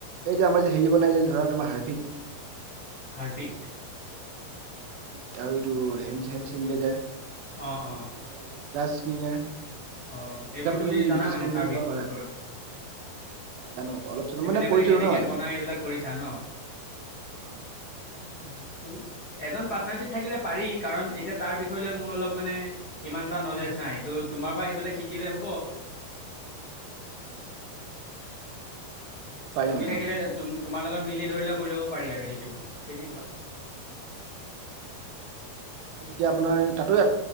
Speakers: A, on the right; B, on the left.
A: এই যে আমাৰ যে হেৰি বনাই যে ধৰা তোমাৰ হাৰ্ফিক।
B: হাৰ্পিক?
A: আৰু আৰু এইটো হে হেণ্ড চেনিটাইজাৰ।
B: অ', অ'।
A: <unintelligible>
B: অ'
A: এইবিলাক
B: এইবোৰ তুমি
A: যদি
B: জানা
A: বিজনেছ
B: মানে
A: কৰো
B: তাৰ
A: বুলি
B: বিষয়ৰ
A: কোৱা পাৰা।
B: ওপৰত?
A: হয় জানো অলপ চলপ
B: এইবিলাক
A: কৰিছিলো
B: মানে কেনেকে
A: ন মাজতে।
B: বনাই, এইবিলাক কৰিছা ন'?
A: হয়
B: অ'টো। এজন পাৰ্টনাৰশ্বিপ থাকিলে পাৰি কাৰণ এতিয়া তাৰ বিষয় লৈ মোৰ অলপ মানে ইমান এটা নলেজ নাই ত' তোমাৰপৰা সেইবিলাক শিকিলে হ'ব।
A: হয় সেইটো পাৰি
B: তুমি
A: মানে
B: থাকিলে
A: হয়।
B: তুম তোমাৰ লগত মিলি ধৰিলে কৰি ল'ব পাৰি আৰু সেইটো তেনেকুৱা।
A: উম। ধৰক এতিয়া আপোনাৰ তাতো